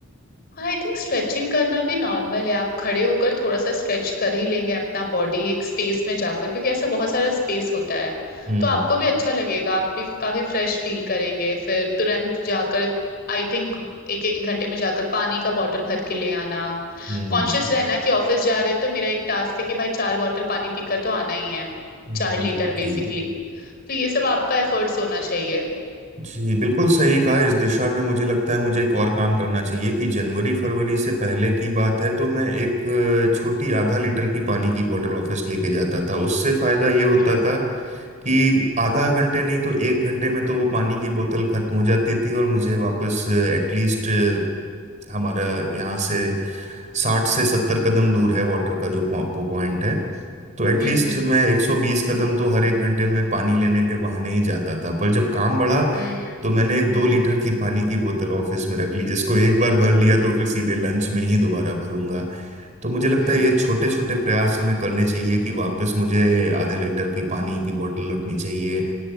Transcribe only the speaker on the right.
हम्म
हम्म
जी
जी
जी बिल्कुल सही कहा इस दिशा में मुझे लगता है मुझे एक और काम करना चाहिए कि जनवरी फरवरी से पहले की बात है तो मैं एक अ, छोटी आधा लीटर की पानी की बोतल ऑफिस लेके जाता था उससे फायदा ये होता
था कि आधा घंटे नहीं तो एक घंटे में तो वो पानी की बोतल खत्म हो जाती थी और मुझे वापस एटलीस्ट हमारा यहाँ से साठ से सत्तर कदम दूर है वाटर का जो पॉइंट है तो एटलीस्ट
मैं 120 कदम तो हर एक घंटे में पानी लेने के बहाने ही जाता था पर जब काम बढ़ा
तो मैंने एक दो लीटर की पानी की बोतल ऑफिस में रख ली जिसको एक बार भर लिया तो फिर सीधे लंच में ही दोबारा भरूंगा तो मुझे लगता
है ये छोटे छोटे प्रयास हमें करने चाहिए कि वापस मुझे आधे लीटर की पानी की बोतल रखनी चाहिए